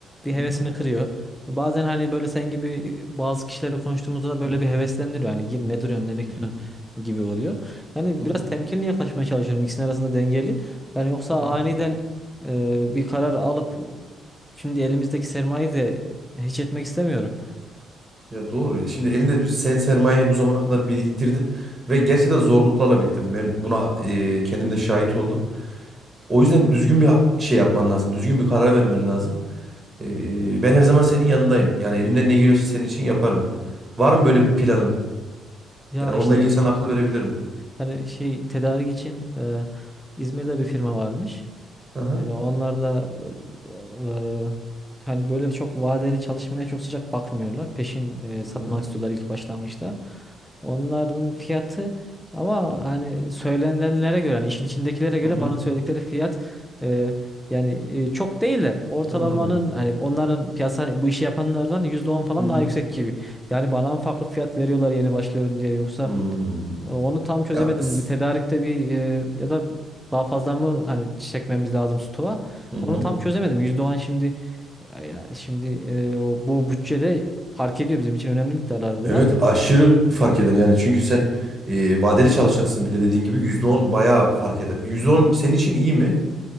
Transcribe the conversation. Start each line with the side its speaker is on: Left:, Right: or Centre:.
Centre: bir
Right: Hı
Centre: hevesini
Right: hı.
Centre: kırıyor bazen hani böyle sen gibi e, bazı kişilerle konuştuğumuzda da böyle
Right: Hı
Centre: bir heveslendiriyor hani gir ne duruyorsun ne bekliyorsun
Right: hı.
Centre: gibi oluyor yani
Right: Hı hı.
Centre: biraz temkinli yaklaşmaya çalışıyorum ikisinin arasında dengeli yani yoksa
Right: Hı hı.
Centre: aniden e, bir karar alıp şimdi elimizdeki sermayeyi de hiç etmek istemiyorum.
Right: Ya doğru. ya. Şimdi elinde bir- sen sermayeyi bu zamana kadar biriktirdin ve gerçekten zorluklarla biriktirdin. Ben buna e, kendim de şahit oldum. O yüzden düzgün bir şey yapman lazım. Düzgün bir karar vermen lazım. E, ben her zaman senin yanındayım. Yani elimden ne geliyorsa senin için yaparım. Var mı böyle bir planın?
Centre: Ya
Right: Yani
Centre: işte
Right: onunla ilgili sana akıl verebilirim.
Centre: hani şey tedarik için e, İzmir'de bir firma varmış.
Right: Hı hı.
Centre: Yani onlar da e, e, hani böyle çok vadeli çalışmaya çok sıcak bakmıyorlar. Peşin e, satmak
Right: Hı hı.
Centre: istiyorlar ilk başlangıçta. Onların fiyatı ama hani söylenenlere göre, hani işin içindekilere göre
Right: Hı hı.
Centre: bana söyledikleri fiyat e, yani e, çok değil de ortalamanın
Right: Anladım.
Centre: hani onların piyasa bu işi yapanlardan %10 falan
Right: Hı hı.
Centre: daha yüksek gibi. Yani bana mı farklı fiyat veriyorlar yeni başlıyorum diye yoksa
Right: Hmm.
Centre: e, Onu tam çözemedim.
Right: Ya, s-
Centre: Bir tedarikte bir e, ya da daha fazla mı hani çekmemiz lazım stoğa?
Right: hı hı.
Centre: Onu tam çözemedim. %10 şimdi ya şimdi e, bu bütçede fark ediyor bizim için önemli miktarlar bunlar.
Right: Evet aşırı fark eder yani çünkü sen e, vadeli çalışacaksın bir de dediğin gibi %10 bayağı fark eder. yüzde on senin için iyi mi?